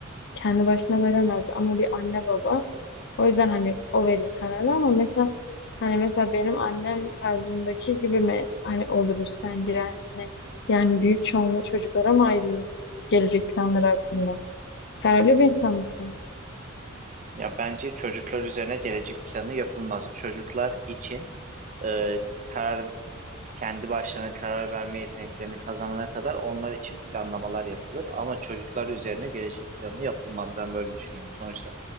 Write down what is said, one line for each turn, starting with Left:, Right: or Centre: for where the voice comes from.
Left: kendi başına veremez ama bir anne baba o yüzden hani o verir kararı ama mesela hani mesela benim annem tarzındaki gibi mi hani oluruz sence? Yani büyük çoğunluğu çocuklara mı ayrılırız gelecek planları hakkında? Sen öyle bir insan mısın?
Right: Ya bence çocuklar üzerine gelecek planı yapılmaz. Çocuklar için e, karar kendi başlarına karar verme yeteneklerini kazanana kadar onlar için planlamalar yapılır. Ama çocuklar üzerine gelecek planı yapılmaz. Ben böyle düşünüyorum. Sonuçta